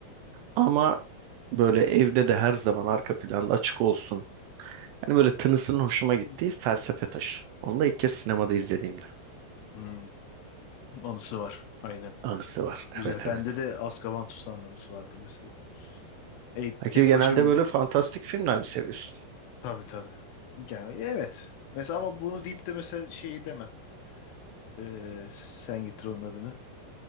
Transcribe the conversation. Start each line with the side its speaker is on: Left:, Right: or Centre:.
Right: ama böyle evde de her zaman arka planda açık olsun. Hani böyle tınısının hoşuma gittiği
Left: Hı.
Right: Felsefe Taşı. Onu da ilk kez sinemada izlediğimde
Left: Hı. Anısı var. Aynen.
Right: anısı var.
Left: Güzel.
Right: Evet
Left: Bende
Right: evet.
Left: de Azkaban Tutsağı'nın anısı vardır mesela. E,
Right: Peki
Left: tek
Right: genelde
Left: başım
Right: böyle fantastik filmler mi seviyorsun?
Left: tabii tabii. Yani, evet. Mesela ama bunu deyip de mesela şeyi demem. Ee, sen getir onun adını.